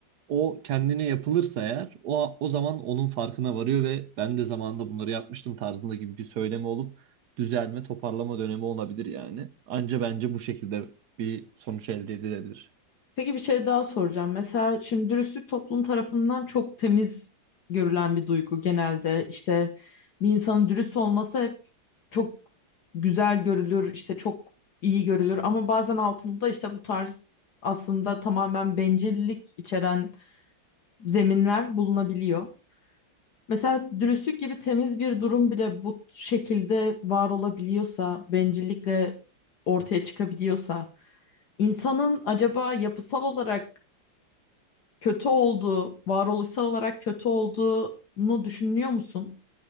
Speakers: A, on the right (about 60°); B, on the left (about 60°).
A: o kendine yapılırsa eğer o o zaman onun farkına varıyor ve ben de zamanında bunları yapmıştım tarzında gibi bir söyleme olup düzelme, toparlama dönemi olabilir yani. Anca bence bu şekilde bir sonuç elde edilebilir.
B: Peki bir şey daha soracağım. Mesela şimdi dürüstlük toplum tarafından çok temiz görülen bir duygu genelde. İşte bir insanın dürüst olması hep çok güzel görülür, işte çok iyi görülür ama bazen altında işte bu tarz aslında tamamen bencillik içeren zeminler bulunabiliyor. Mesela dürüstlük gibi temiz bir durum bile bu şekilde var olabiliyorsa, bencillikle ortaya çıkabiliyorsa, insanın acaba yapısal olarak kötü olduğu, varoluşsal olarak kötü olduğunu düşünüyor musun?